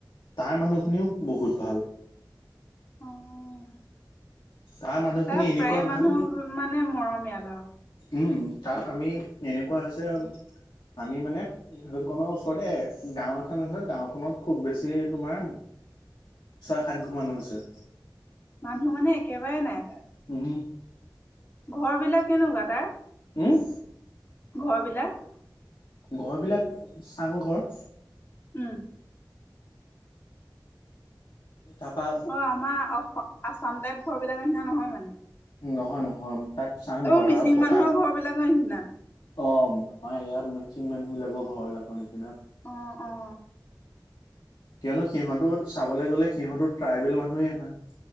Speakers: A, on the left (about 70°); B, on the left (about 30°).
A: তাৰ মানুহখিনিও বহুত ভাল।
B: অ',
A: তাৰ মানুহখিনি
B: তাত
A: এনেকুৱা
B: প্ৰায়েই মানুহ
A: ভাল
B: মানে মৰমীয়ালা আৰু।
A: উম, তাত আমি, এনেকুৱা হৈছে, আমি মানে হেইকণৰ ওচৰতে গাঁও এখন আছে, গাঁওখনত খুব বেছি তোমাৰ ছয়-সাত ঘৰ মানুহ আছে।
B: মানুহ মানে একেবাৰে নাই তাত।
A: উমহু।
B: ঘৰ বিলাক কেনেকুৱা তাৰ?
A: উম?
B: ঘৰ বিলাক।
A: ঘৰ বিলাক চাংঘৰ।
B: উম।
A: তাৰপা
B: অ আমাৰ অস আসাম টাইপ ঘৰ বিলাকৰ নিচিনা নহয় মানে?
A: নহয় নহয় তাত চাংঘৰ,
B: অ মিচিং
A: আৰু পকা
B: মানুহৰ ঘৰ বিলাকৰ নিচিনা?
A: অ আমাৰ ইয়াত মিচিং মানুহ বিলাকৰ ঘৰ বিলাকৰ নিচিনা।
B: অঁ অঁ।
A: কিয়নো সিহঁতো চাবলে গ'লে সিহঁতো ট্ৰাইবেল মানুহেই হয়।